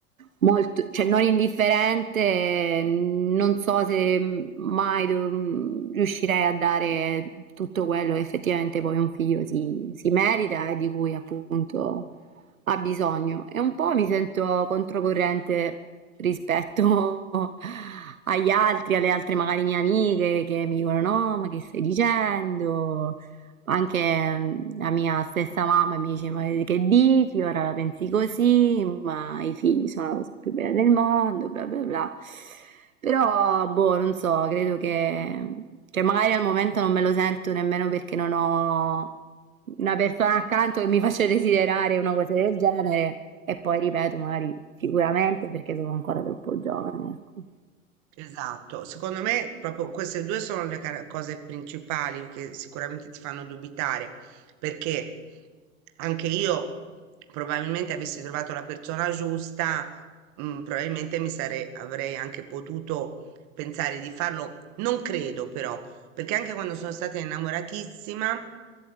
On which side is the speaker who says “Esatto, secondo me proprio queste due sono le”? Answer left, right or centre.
Right